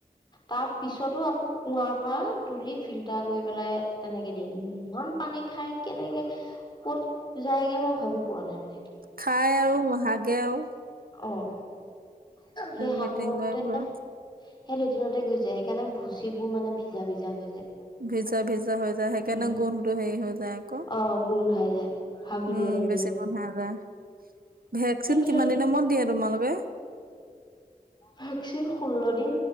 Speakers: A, on the left (about 30°); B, on the right (about 70°).
A: তাৰ পিছতো আকৌ কুঁৱাৰ পৰা তুলি ফিল্টাৰ কৰি পেলাই তেনেকে দিল ইমান পানী খাই কেনেকে ক'ত যায়গে মই ভাবি পোৱা নাই মই সেইটো।
B: খাই আওঁ হাগে আওঁ।
A: অ, সে সাগুতে
B: লেট্ৰিন কৰে পুৰা
A: সেই লেটিনতে গুই যায় সেইকাৰণে ভুচি বোৰ মানে ভিজা-ভিজা হৈ যায়।
B: ভিজা -ভিজা হৈ যায় সেইকাৰণে
A: উম
B: গোন্ধ টো হেৰি হৈ যায়। আকৌ
A: অ, গুন্ধাই যায়। হাগি
B: উম,
A: দিয়াৰ লগে
B: বেছি
A: লগে
B: <unintelligible> ভেকচিন
A: এতিয়া
B: কিমান দিনৰ মুৰত দিয়ে তোমালোকে?
A: ভেকচিন ষোল্ল দিন